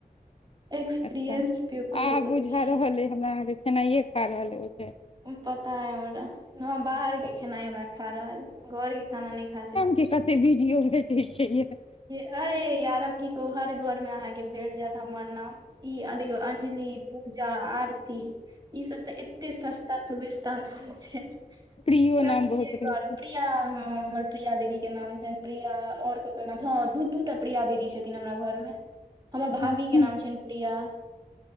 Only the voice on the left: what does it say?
अच्छा
आ
बुझा
रहल अइ हमरा अहाँके खेनाइए खा रहल अइ बुझाइया
की कते बिडियो भेटे छै यै
प्रियो
नाम बहुत
रहै
छै